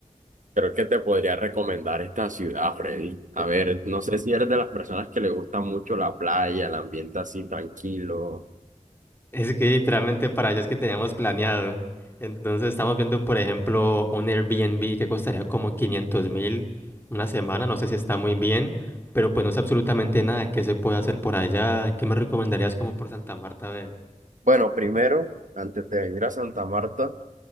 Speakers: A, on the right; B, on the left.
A: creo que te podría recomendar esta ciudad, Freddy. A ver, no sé si eres de las personas que le gusta mucho la playa, el ambiente así tranquilo.
B: Es que literalmente para allá es que teníamos planeado. Entonces estamos viendo, por ejemplo, un Airbnb que costaría como quinientos mil una semana. No sé si está muy bien, pero pues no sé absolutamente nada que se puede hacer por allá. ¿Qué me recomendarías como por Santa Marta? A ver.
A: Bueno, primero, antes de venir a Santa Marta,